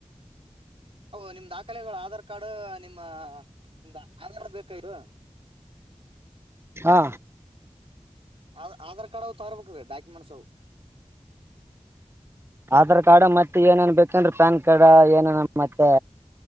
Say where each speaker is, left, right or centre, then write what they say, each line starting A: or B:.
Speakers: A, on the right; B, on the right.
A: ಹ ನಿಮ ದಾಖಲೆಗಳು ಆಧಾರ್ ಕಾರ್ಡ್ ನಿಮ್ಮ ನಿಮ್ದ ಆಧಾರ್ ಬೇಕಾಯ್ತು
B: ಹಾ
A: ಅ ಆಧಾರ್ ಕಾರ್ಡ್ ಅವವು ತರ್ಬೇಕ್ರ ಡಾಕ್ಯುಮೆಂಟ್ಸ್ ಅವು
B: ಆಧಾರ್ ಕಾರ್ಡ್ ಮತ್ತೆ ಏನೇನ್ ಬೇಕಂದ್ರೆ ಪ್ಯಾನ್ ಕಾರ್ಡ್ ಏನೇನ ಮತ್ತೆ